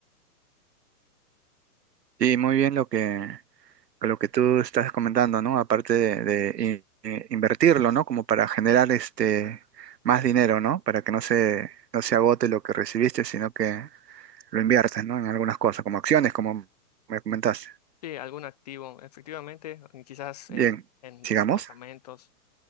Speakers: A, on the right; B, on the left.
A: Sí, muy bien lo que, lo que tú estás comentando, ¿no? Aparte de, de in- eh, invertirlo, ¿no? Como para generar este más dinero, ¿no? Para que no se, no se agote lo que recibiste, sino que lo inviertes, ¿no? En algunas cosas, como acciones, como me comentaste.
B: Sí, algún activo, efectivamente, y quizás
A: Bien,
B: eh, en
A: sigamos.
B: departamentos,